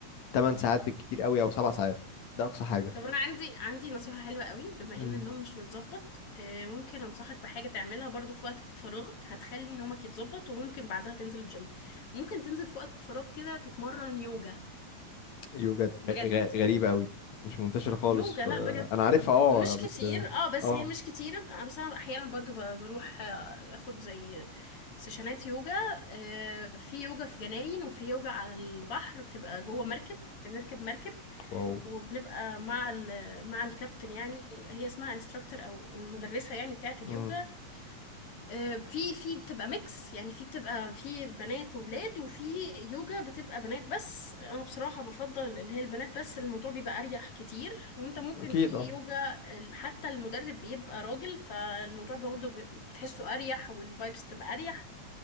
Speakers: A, on the left; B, on the left.
A: 8 ساعات بالكتير قوي أو 7 ساعات ده أقصى حاجة
B: طب انا عندي عندي نصيحة حلوة قوي بما
A: مم.
B: ان النوم مش متظبط آه، ممكن انصحك بحاجة تعملها برضو في وقت فراغك هتخلي نومك يتظبط وممكن بعدها تنزل الجيم ممكن تنزل في وقت فراغ كده تتمرن يوجا
A: يوجا دي
B: بجد
A: غ- غ- غريبة قوي مش منتشرة خالص
B: يوجا
A: ف...
B: لا بجد
A: انا عارفها
B: م-
A: اه
B: مش
A: بس
B: كتير اه بس
A: اه
B: هي مش كتيرة آه، بس انا احيانا برضو ب- بروح آه، اخد زي سيشنات يوجا آه، في يوجا في جناين وفي يوجا على البحر بتبقى جوه مركب بنركب مركب
A: واو
B: وبنبقى مع ال- مع الكابتن يعني هي اسمها انستراكتور او المدرسة يعني بتاعة اليوجا
A: مم.
B: آه، في في بتبقى ميكس يعني في بتبقى في بنات وولاد وفي يوجا بتبقى بنات بس انا بصراحة بفضل اللي هي البنات بس الموضوع بيبقى اريح كتير وانت ممكن
A: اكيد
B: في
A: اه
B: يوجا ال- حتى المدرب بيبقى راجل فالموضوع برضه بي- بتحسه اريح والفايبس بتبقى اريح